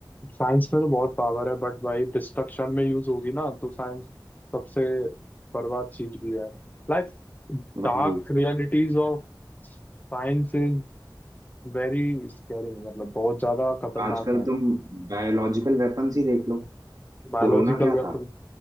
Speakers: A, on the left; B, on the right.
A: साइंस में तो बहुत पावर है बट भाई डिस्ट्रक्शन में यूज होगी ना तो साइंस सबसे बर्बाद चीज भी है Like
B: वही
A: dark realities of science is very scaring मतलब बहुत ज्यादा खतरनाक
B: आजकल
A: है
B: तुम बायोलॉजिकल वेपन्स ही देख लो
A: Biological
B: कोरोना क्या
A: weapon
B: था